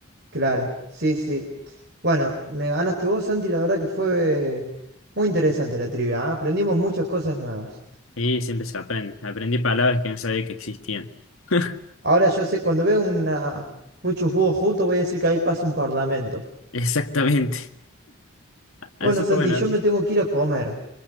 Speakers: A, on the right (about 55°); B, on the left (about 80°).
A: Claro, sí, sí. Bueno, me ganaste vos, Santi, la verdad que fue muy interesante la trivia, ¿ah? Aprendimos muchas cosas nuevas.
B: Sí, siempre se aprende. Aprendí palabras que no sabía que existían. <laughs>
A: Ahora yo sé, cuando veo una, muchos búhos juntos, voy a decir que ahí pasa un parlamento.
B: Exactamente. Así
A: Bueno, Santi,
B: que bueno.
A: yo me tengo que ir a comer.